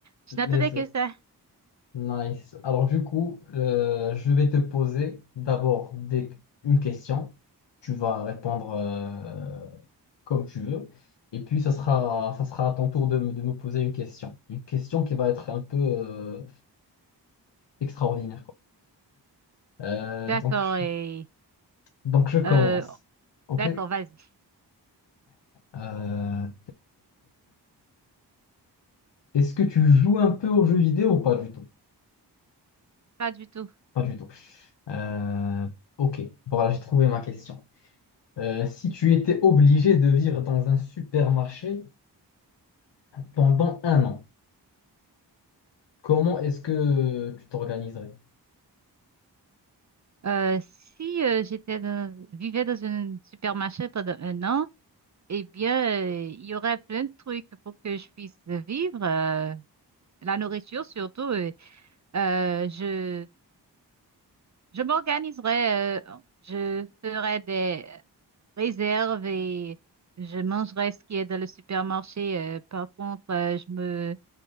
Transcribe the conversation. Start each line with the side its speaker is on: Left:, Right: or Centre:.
Right: Je n'attendais
Left: Let's
Right: que
Left: go.
Right: ça.
Left: Nice. Alors du coup, euh, je vais te poser d'abord des... une question. Tu vas répondre euh, comme tu veux. Et puis ça sera, ça sera à ton tour de me, de me poser une question. Une question qui va être un peu euh, extraordinaire, quoi. Euh,
Right: D'accord,
Left: donc, je...
Right: et
Left: donc je commence.
Right: euh,
Left: OK?
Right: d'accord, vas-y.
Left: Euh, Est-ce que tu joues un peu aux jeux vidéo ou pas du tout?
Right: Pas du tout.
Left: Pas du tout. Euh, ok, bon là j'ai trouvé ma question. Euh, si tu étais obligé de vivre dans un supermarché pendant un an, comment est-ce que tu t'organiserais?
Right: Euh, si euh, j'étais dans- vivais dans un supermarché pendant un an, eh bien, euh, il y aurait plein de trucs pour que je puisse vivre. euh, la nourriture surtout. euh, euh, je je m'organiserais. euh, je ferais des réserve et je mangerai ce qui est dans le supermarché. Euh, par contre, euh, je me,